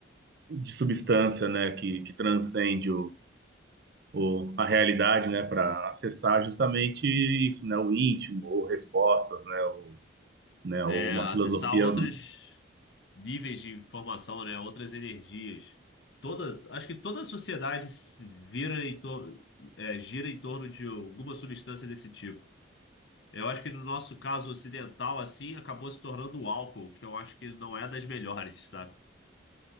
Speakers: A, on the right; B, on the left.
A: de substância, né? Que, que transcende o, a realidade, né, para acessar justamente isso, né, o íntimo, ou respostas, né, ou, né,
B: é,
A: ou uma
B: acessar
A: filosofia.
B: outros níveis de informação, né? Outras energias. Toda, acho que toda a sociedade se vira em tor- é, gira em torno de alguma substância desse tipo. Eu acho que no nosso caso ocidental, assim, acabou se tornando o álcool, que eu acho que não é das melhores, sabe?